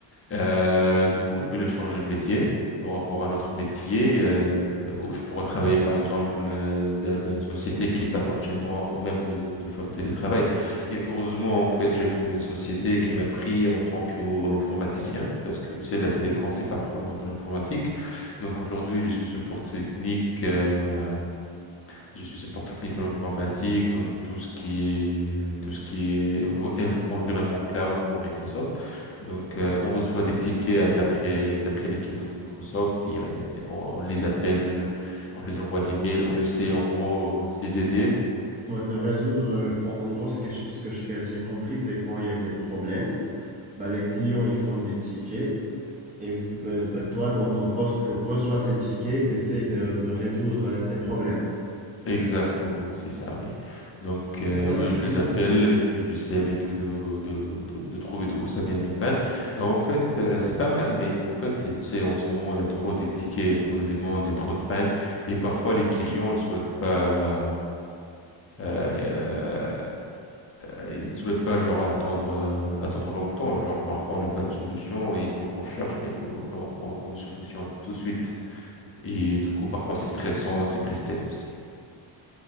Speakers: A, on the left (about 30°); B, on the right (about 15°).
A: Euh, du coup, je vais le changer le métier pour avoir un autre métier euh, où je pourrais travailler, par exemple, euh, dans dans une société qui est pas loin de chez moi ou même de, de faire du télétravail. Et heureusement, en fait, j'ai trouvé une société qui m'a pris en tant qu'informaticien parce que, tu sais, la télécom, c'est pas trop loin de l'informatique. Donc, aujourd'hui, je suis support technique euh, je suis support technique en informatique, dans tout ce qui est, euh, tout ce qui est env- en- environnement cloud pour Microsoft. Donc, euh, on reçoit des tickets euh, d'après, d'après les clients de Microsoft et, euh, on, on les appelle, on les envoie des mails, on essaie en gros de les aider.
B: moi, de résoudre, le- en en gros, ce que je- ce que je- que j'ai compris, c'est quand il y a des problèmes bah, les clients, ils font des tickets. Et euh, bah, toi, dans ton poste, tu reçois ces tickets, tu essaies de, de résoudre euh, ces problèmes.
A: Exactement, c'est ça, oui. Donc, euh,
B: Intéressant,
A: oui, je les appelle
B: ouais.
A: et puis j'essaie avec eux de, de, de, de trouver d'où ça vient le pan. Et en fait, euh, c'est pas mal, mais en fait, tu sais, en ce moment, il y a trop de tickets, il y a trop de demandes, il y a trop de pannes. Et parfois, les clients ne souhaitent pas, euh, euh, euh, ils souhaitent pas, genre, attendre, euh, attendre longtemps. Genre, parfois, on n'a pas de solution et il faut qu'on cherche, mais il faut, non, on veut une solution tout de suite. Et du coup, parfois, c'est stressant, c'est presse-tête aussi.